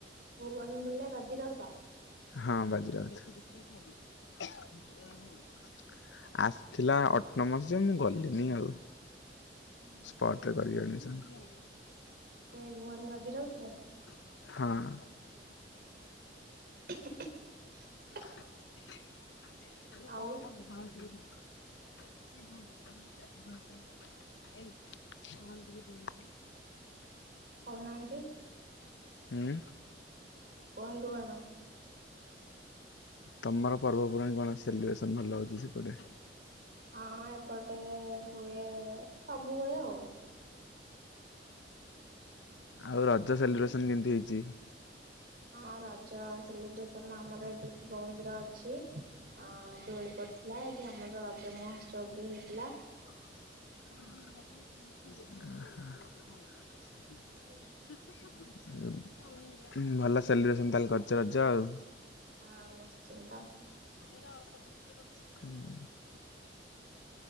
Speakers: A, on the right (about 55°); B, on the left (about 85°).
A: ଭୁବନ ବୋଲେ, ବାଜି ରାଉତ?
B: ହଁ, ବାଜି ରାଉତୁ। ଆସିଥିଲା ଅଟୋମସ ଯେ, ମୁଁ ଗଲିନି ଆଉ।
A: ହୁଁ ହୁଁ
B: ସ୍ପଟ ରେ କରିବି ଆଡିମିଶନ।
A: ସେଇ ଭୁବନ ବାଜି ରାଉତୁ ରେ?
B: ହଁ।
A: <unintelligible>
B: <unintelligible>
A: ଆଉ
B: <unintelligible>
A: କହୁନାହାନ୍ତି
B: ହୁଁ।
A: କୁହନ୍ତୁ କଣ?
B: ତମର ପର୍ବପର୍ବାଣି କଣ ସେଲିବ୍ରେସନ ଭଲ ହଉଛି ସେପଟେ?
A: ହଁ, ଏପଟେ ହୁଏ, ସବୁ ହୁଏ ଆଉ।
B: ଆଉ ରଜ ସେଲିବ୍ରେସନ କେମତି ହେଇଚି?
A: ହଁ ରଜା ସେଲିବ୍ରେସନ ଆମର ଏଠି ଶିବ ମନ୍ଦିର ଅଛି ଅ ଦୋଳି ପଡ଼ିଥିଲା ଏଠି ଆମର ରଜ ମହୋତ୍ସବ <unintelligible> ହେଇଥିଲା।
B: <unintelligible> <inaudible>
A: ଏମିତି ଆଉ।
B: ଭଲ ସେଲିବ୍ରେସନ ତାହେଲେ କରିଚ ରଜ ଆଉ।
A: ହଁ ନିଶ୍ଚିନ୍ତ।
B: ଅଳ୍ପ <unintelligible> କରିଚି।